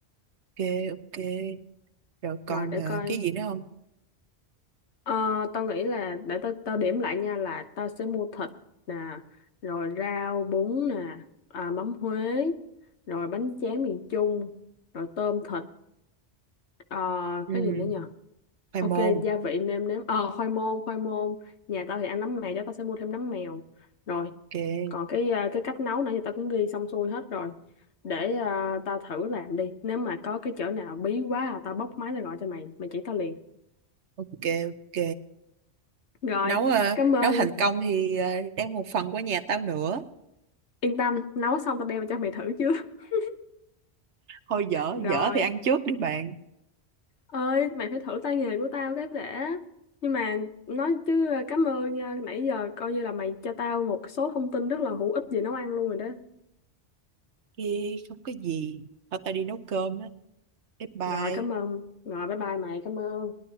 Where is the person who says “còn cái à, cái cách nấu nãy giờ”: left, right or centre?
Left